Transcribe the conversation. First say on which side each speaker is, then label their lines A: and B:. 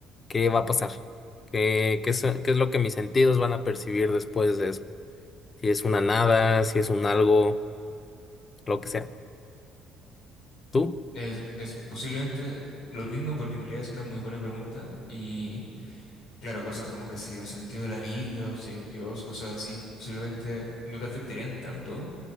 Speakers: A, on the left (about 20°); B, on the left (about 45°).
A: ¿Qué va a pasar? ¿Qué, qué es, qué es lo que mis sentidos van a percibir después de eso? Si es una nada, si es un algo, lo que sea. Tú.
B: Es, es posiblemente lo mismo porque en realidad es una muy buena pregunta y claro, cosas como que si el sentido de la vida o si hay un Dios, cosas así, posiblemente no te afectarían tanto